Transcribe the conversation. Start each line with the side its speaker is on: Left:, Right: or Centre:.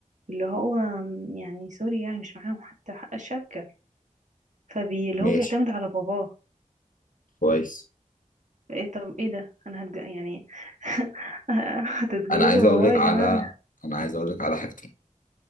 Right: اللي هو م- يعني سوري يعني مش معاهم حتى حق الشبكة فبي اللي
Left: ماشي
Right: هو بيعتمد على باباه
Left: كويس
Right: ايه طب ايه ده انا هتج... يعني <laughs> هتتجوزوا
Left: أنا عايز
Right: باباه
Left: أقول لك
Right: يا
Left: على
Right: جماعة
Left: أنا عايز أقول لك على حاجتين